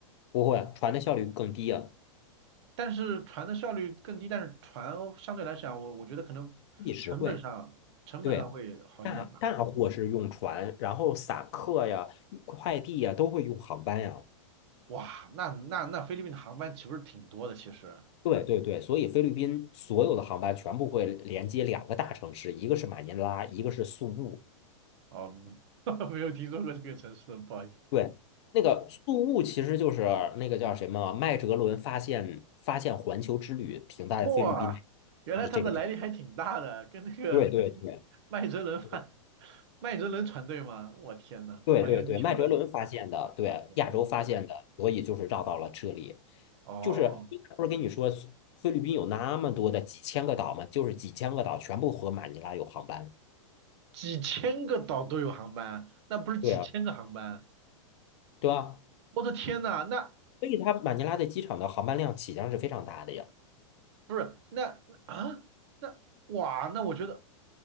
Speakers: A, on the left; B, on the right.
A: 不会，船的效率更低啊，
B: 但是船的效率更低，但是船相对来讲，我我觉得可能成本上成本上会好一点吧。
A: 地实惠。对，大大货是用船，然后散客呀、快递呀都会用航班呀。
B: 哇，那那那菲律宾的航班岂不是挺多的？其实
A: 对对对，所以菲律宾所有的航班全部会连接两个大城市，一个是马尼拉，一个是宿务。
B: 哦，<laughs> 没有听说过这个城市，不好意思。
A: 对，那个宿务其实就是那个叫什么麦哲伦发现发现环球之旅停在菲律宾，
B: 哇，原来它的来历还挺大的，
A: 就是这个地。
B: 跟那个
A: 对对对
B: 麦哲伦饭、
A: 对
B: <laughs> 麦哲伦船队吗？我天呐，
A: 对对对，
B: 环游地球的。
A: 麦哲伦发现的，对，
B: 哦
A: 亚洲发现的，所以就是绕到了这里。
B: 哦，
A: 就是不是跟你说菲律宾有那么多的几千个岛吗？就是几千个岛全部和马尼拉有航班，
B: 几千个岛都有航班，那不是几千个航班？
A: 对啊，对吧？
B: 我的天呐，那
A: 所以它马尼拉的机场的航班量起降是非常大的呀。
B: 不是那那啊那哇，那我觉得